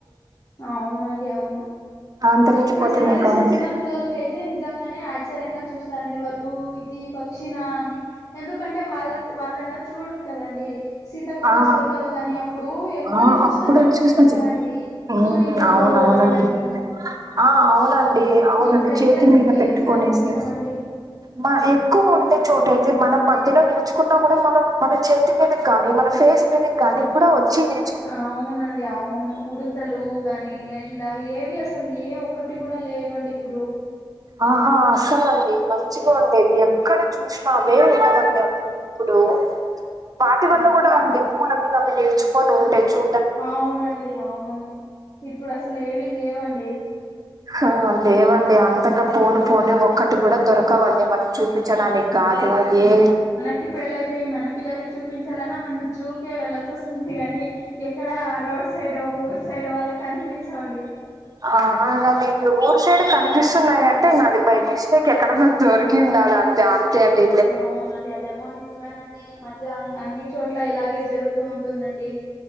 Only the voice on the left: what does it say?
అవునండి అవును
ఇప్పుడు జనరేషన్
చిన్న పిల్లలకి అయితే నిజంగానే ఆశ్చర్యంగా చూస్తారండి వాళ్ళు ఇది పక్షిన అని ఎందుకంటే? వాళ్ళక్ వాళ్ళు ఎలా చూడరు కదండి, సీతాకోక
చిలుకల గాని. ఇప్పుడు ఎక్కడ
చూసినా
కనిపించే
వండి
తూనిగలు
ఇవన్నీ
ఇప్పుడైతే
అసలు
ఏవి
కనిపించవండి
అవునండి అవును ఉడుతలు కనీ ఇలా ఏవి అసలు ఏ ఒక్కటి కూడా లేవండి ఇప్పుడు
ఆ
అవునండి అవును ఇప్పుడు అసలు ఏవీ లేవండి
కి పెళ్ళైపోయి మన పిల్లలకి చూపించాలన్నా మన జూకే వెళ్లాల్సి వస్తుంది కాని ఎక్కడ రోడ్ సైడ్ ఊరు సైడ్ అలా కనిపించవండి
అవునండి అదేమో నిజమేనండి ఈ మధ్య అన్ని అన్ని చోట్ల ఇలాగే జరుగుతూ ఉంటుందండి